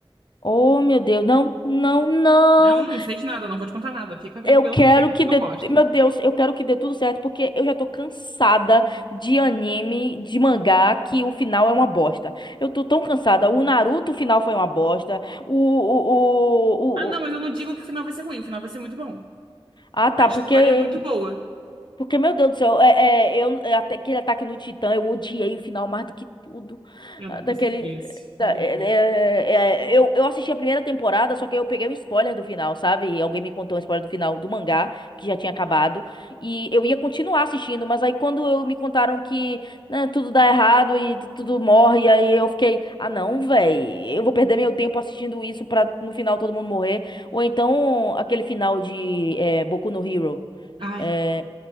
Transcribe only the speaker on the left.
Oh, meu Deus. Não, não, não.
Eu quero
que
dê,
meu Deus, eu quero que dê tudo certo porque eu já tô cansada de anime, de mangá que o final é uma bosta. Eu tô tão cansada. O Naruto o final foi uma bosta. O, o, o,
o- o-
Ah, tá,
porque
Porque, meu Deus do céu, é, é, eu, é, até aquele ataque no Titã, eu odiei o final mais do que tudo.
Ah,
Daquele.
da-
é, é, é, é, eu, eu assisti a primeira temporada, só que eu peguei um spoiler do final, sabe? Alguém me contou um spoiler do final do mangá, que já tinha acabado. E eu ia continuar assistindo, mas aí quando eu me contaram que né, tudo dá errado e tu- tudo morre, aí eu fiquei, ah não, véi, eu vou perder meu tempo assistindo isso pra no final todo mundo morrer. Ou então aquele final de é, Boku no Hero.
é,